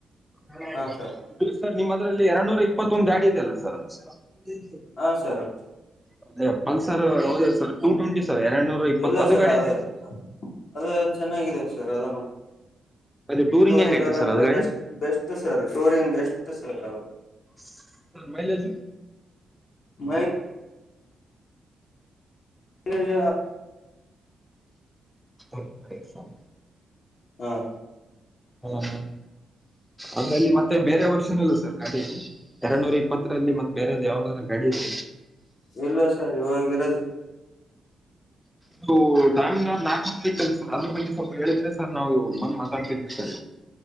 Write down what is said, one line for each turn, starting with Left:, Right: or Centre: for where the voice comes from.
Centre: ಹ
Left: ಹಾ ಸರ್
Centre: ಇದು ನಿಮ್ ಅದ್ರಲ್ಲಿ ಎರಡ್ ನೂರ ಇಪ್ಪತ್ತೊಂದು ಗಾಡಿ ಇದದೆೆಯಲ್ಲ ಸರ್ ಹ್ಮ
Left: ಹಾ ಸರ್
Centre: ಅದೇ ಪಸರ್ ಯಾವ ಸರ್ ಟು ಟ್ವೆಂಟಿ ಸರ್ ಎರಡ್ ನೂರ ಇಪ್ಪತ್ತು
Left: ಇಲ್ಲ
Centre: ಅದು
Left: ಸರ್
Centre: ಗಾಡಿ
Left: ಅದೇ
Centre: ಹೆಂಗೈತೆ
Left: ಅದೇ ಚೆನ್ನಾಗಿದೆ ಸರ್ ಅದನ್ನು
Centre: ಅದು
Left: ಟೂರಿಂಗ್
Centre: ಹೆಂಗೈತೆ
Left: ಅಲ್ಲ
Centre: ಸರ್
Left: ಅಂದ್ರೆ
Centre: ಅದು ಗಾಡಿ
Left: ಬೆಸ್ಟ್ ಬೆಸ್ಟ್ ಸರ್ ಟೂರಿ ಬೆಸ್ಟ್ ಸರ್ ಅದು
Centre: ಸ ಮೈಲೈಜು
Left: ಮೈ ಹಜ
Centre: ರ್ಟಿಫ ಎಕ್ಸಾಮ
Left: ಹ
Centre: ಹ್ಮ ಹ್ಮ ಅದ್ರಲ್ಲಿ ಮತ್ತೆ ಬೇರೆ ವರ್ಷನಲ್ಲ ಸರ್ ಗಾಡಿ ಇಲ್ಲಿ ಎರನೂರ ಇಪ್ಪತ್ತರಲ್ಲಿ ಮತ್ತ ಬೇರೆದ ಯಾವ್ದಾದ್ ಗಾಡಿ ಇದೆ
Left: ಇಲ್ಲಾ ಸರ್ ರ
Centre: ಇದು ದಾಮ ನಾಲ್ಕು ಇ ಸರ್ ಅದ್ರ ಬಗ್ಗೆ ಸ್ವಲ್ಪ ಹೇಳಿದ್ರೆ ಸರ್ ನಾವು ಮಂದ ಮಾತಾಡ್ತರ್ತ